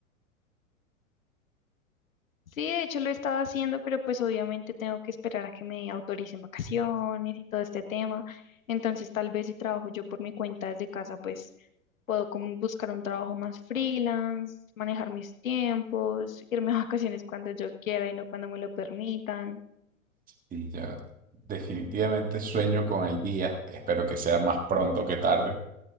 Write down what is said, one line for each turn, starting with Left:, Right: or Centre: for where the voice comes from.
Left: Sí, de hecho lo he estado haciendo, pero pues obviamente tengo que esperar a que me autoricen vacaciones y todo este tema. Entonces, tal vez si trabajo yo por mi cuenta desde casa, pues puedo como buscar un trabajo más freelance, manejar mis tiempos, irme a <laughs> vacaciones cuando yo quiera y no cuando me lo permitan.
Right: Y ya definitivamente sueño con el día, espero que sea más pronto que tarde,